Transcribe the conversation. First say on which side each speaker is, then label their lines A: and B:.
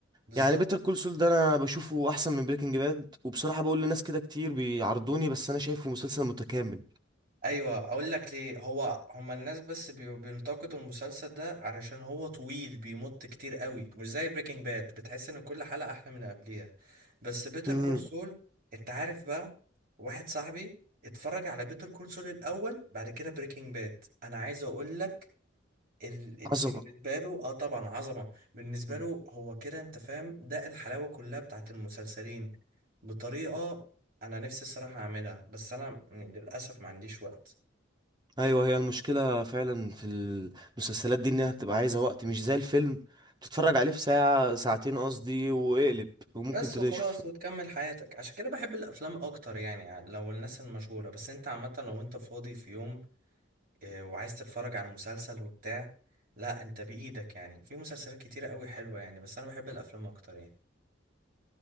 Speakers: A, on the right; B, on the right.
A: بالظبط
B: يعني بيتر كول سول ده انا بشوفه احسن من بريكنج باد وبصراحه بقول لناس كده كتير بيعرضوني بس انا شايفه مسلسل متكامل
A: ايوه اقول لك ليه هو هما الناس بس بي- بينتقدوا المسلسل ده علشان هو طويل بيمط كتير قوي مش زي بريكنج باد بتحس ان كل حلقة احلى من اللي قبليها بس بيتر
B: امم
A: كول سول انت عارف بقى واحد صاحبي اتفرج على بيتر كول سول الاول بعد كده بريكنج باد انا عايز اقول لك ال... ال- بالنسبه
B: عظمه
A: له اه طبعا عظمه بالنسبه
B: مم.
A: له هو كده انت فاهم ده الحلاوه كلها بتاعت المسلسلين بطريقه انا نفسي الصراحه اعملها بس انا م- للاسف ما عنديش وقت
B: ايوه هي المشكله فعلا في المسلسلات دي انها بتبقى عايزه وقت مش زي الفيلم تتفرج عليه في ساعه ساعتين قصدي واقلب وممكن
A: بس
B: تشوف
A: وخلاص وتكمل حياتك عشان كده بحب الافلام اكتر يعني لو الناس المشغوله بس انت عامه لو انت فاضي في يوم آه، وعايز تتفرج على مسلسل وبتاع لا انت بايدك يعني في مسلسلات كتيره قوي حلوه يعني بس انا بحب الافلام اكتر يعني